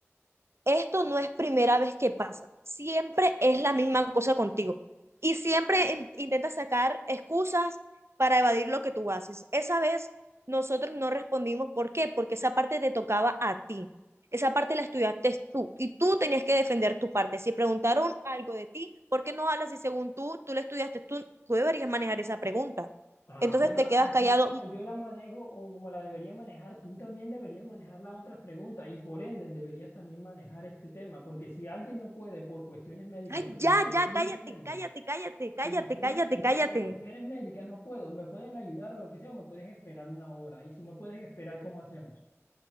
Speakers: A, on the right (about 60°); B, on the left (about 85°).
A: esto no es primera vez que pasa, siempre es la misma cosa contigo y siempre in- intentas sacar excusas para evadir lo que tú haces. Esa vez nosotros no respondimos, ¿por qué? Porque esa parte te tocaba a ti, esa parte la estudiaste tú y tú tenías que defender tu parte. Si preguntaron algo de ti, ¿por qué no hablas si según tú, tú la estudiaste, tú, tú deberías manejar esa pregunta?
B: Ah,
A: Entonces
B: pero
A: te
B: así
A: quedas callado.
B: como yo la manejo o como la debería manejar, tú también deberías manejar las otras preguntas y por ende deberías también manejar este tema, porque si alguien no puede por cuestiones médicas,
A: Ay,
B: por como
A: ya,
B: te lo
A: ya,
B: estoy
A: cállate,
B: diciendo,
A: cállate, cállate, cállate, cállate,
B: te lo estoy diciendo
A: cállate, cállate.
B: por cuestiones médicas, no puedo, me pueden ayudar o lo que sea, o me puedes esperar una hora y si no puedes esperar, ¿cómo hacemos?